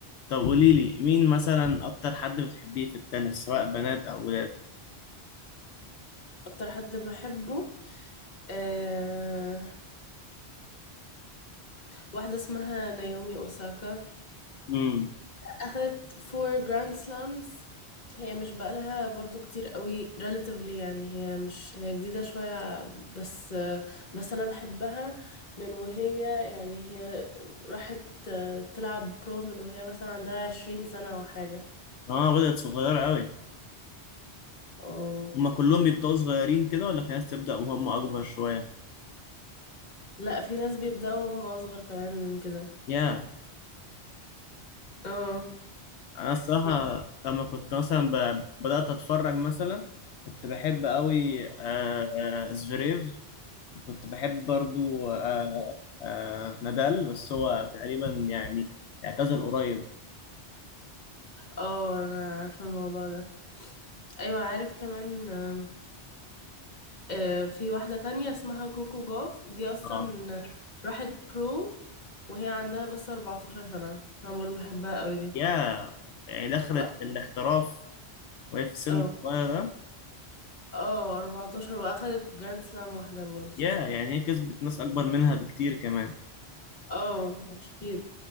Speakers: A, on the left (about 80°); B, on the left (about 40°).
A: طب قولي لي مين مثلا اكتر حد بتحبيه في التنس سواء بنات او ولاد
B: اكتر حد بحبه أه واحدة اسمها نايومي اوساكا
A: امم
B: أخدت four grand slams هي مش بقالها برضو كتير قوي relatively يعني هي مش هي جديدة شوية بس بس أنا بحبها من وهي يعني هي راحت تلعب برو من وهي مثلا عندها عشرين سنة أو حاجة
A: اه بدأت صغيرة قوي
B: اه
A: هما كلهم بيبدأوا صغيرين كده ولا في ناس تبدأ وهم اكبر شوية
B: لا في ناس بيبدأوا وهم أصغر كمان من كده
A: يا
B: اه
A: انا الصراحة
B: يعني
A: لما كنت مثلا ب... بدأت اتفرج مثلا كنت بحب قوي آه... آه، زفيريف كنت بحب برضو آه... آه... نادال بس هو تقريبا يعني اعتزل قريب
B: اه أنا عارفة الموضوع ده أيوة عارف كمان آم، آه، في واحدة تانية اسمها كوكو جاف دي أصلا
A: اه
B: راحت برو وهي عندها بس 14 سنة أنا برضو بحبها قوي دي
A: يا يعني دخلت
B: و-
A: الاحتراف وهي في سن
B: اه
A: صغير ده
B: اه 14 وأخدت جراند سلام واحدة برضو ساعتها
A: يا يعني هي كسبت ناس اكبر منها بكتير كمان
B: اه أكيد